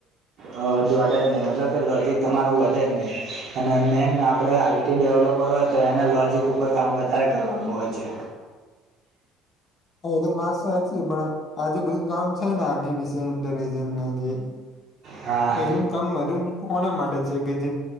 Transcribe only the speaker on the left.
હા એ તો માસ અચ એ પણડા આજ બધું કામ છે ને આર્ટિફિસયલ ઇન્ટેલજન્સ જે
એનું કામ બધું કોના માટે છે કે જે